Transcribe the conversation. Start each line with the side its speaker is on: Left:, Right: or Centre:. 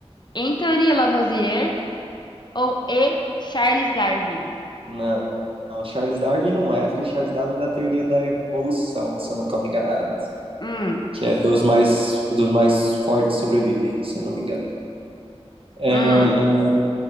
Left: Anthony Lavoisier. Ou E. Charles Darwin.
Right: Não, não, Charles Darwin não é, porque Charles Darwin é da teoria da evolução, se eu não estou me enganado.
Left: Hum,
Right: Que é dos mais, dos mais fortes sobrevivem, se eu não me engano. É,
Left: hum.